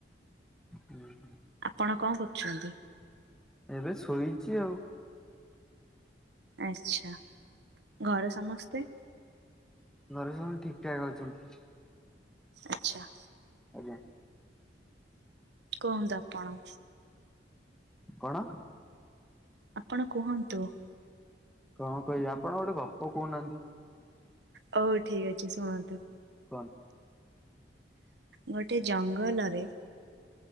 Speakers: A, in the centre; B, on the right (about 75°).
A: ହୁଁ ହୁଁ।
B: ଆପଣ କଣ କରୁଛନ୍ତି?
A: ଏବେ ଶୋଇଛି ଆଉ।
B: ଆଛା ଘରେ ସମସ୍ତେ।
A: ଘରେ ସବୁ ଠିକ ଠାକ ଅଛନ୍ତି।
B: ଆଚ୍ଛା।
A: ଆଜ୍ଞା।
B: କୁହନ୍ତୁ ଆପଣ।
A: କଣ?
B: ଆପଣ କୁହନ୍ତୁ।
A: କଣ କହିବି ଆପଣ ଗୋଟେ ଗପ କହୁନାହାନ୍ତି।
B: ହଉ ଠିକ ଅଛି ଶୁଣନ୍ତୁ।
A: କୁହନ୍ତ
B: ଗୋଟେ ଜଙ୍ଗଲରେ